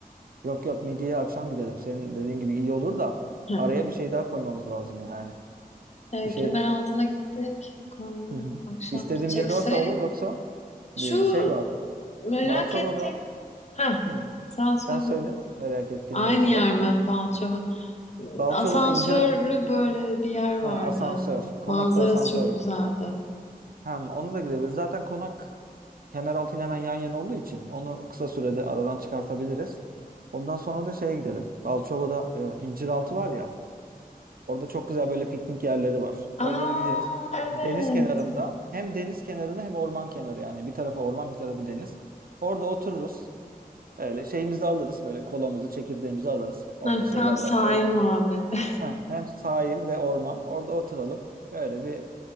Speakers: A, on the right; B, on the left.
A: Yok yok midyeye akşam gidelim. Senin dediğin gibi iyi olur da
B: Heh.
A: araya bir şey daha koymamız lazım yani.
B: E,
A: Bir şey
B: kemer altına gittik. Konu-
A: Hı hı.
B: Akşam
A: istediğim
B: gidecekse
A: bir yer varsa olur yoksa bir
B: şu
A: şey var.
B: merak
A: Balçova'da
B: ettiğim. Ha,
A: hı,
B: sen söyle
A: sen söyle
B: bakayım.
A: merak ettiğin
B: Aynı
A: neresi
B: yer
A: var?
B: mi? Balçova.
A: Balçova'da
B: Asansörlü
A: incir
B: böyle bir yer vardı.
A: ha, asansör. Konakta
B: Manzarası
A: asansör
B: çok
A: var.
B: güzeldi.
A: Hem onu da gidebiliriz. Zaten konak Kemeraltı ile hemen yan yana olduğu için onu kısa sürede aradan çıkartabiliriz. Ondan sonra da şeye gidelim. Balçova'da e, inciraltı var ya. Orada çok güzel böyle piknik yerleri var.
B: Aa
A: Oralara gideriz.
B: evet.
A: Deniz kenarında hem deniz kenarında hem orman kenarı yani. Bir tarafı orman bir tarafı deniz. Orada otururuz. Öyle şeyimizi de alırız böyle kolamızı çekirdeğimizi alırız. Orada
B: Heh,
A: şeyler
B: tam sahil
A: var orman.
B: muhabbeti.
A: Heh, hem sahil ve orman orada oturalım. Böyle bir